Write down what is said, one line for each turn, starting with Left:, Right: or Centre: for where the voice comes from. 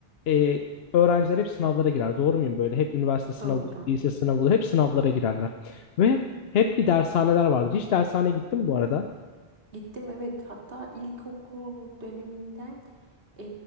Left: e, öğrenciler hep sınavlara girer. Doğru muyum böyle? Hep üniversite sınavı,
Right: Doğru.
Left: lise sınavı, hep sınavlara girerler. Ve hep bir dershaneler vardır. Hiç dershaneye gittin mi bu arada?
Right: Gittim evet. Hatta ilkokul döneminden e,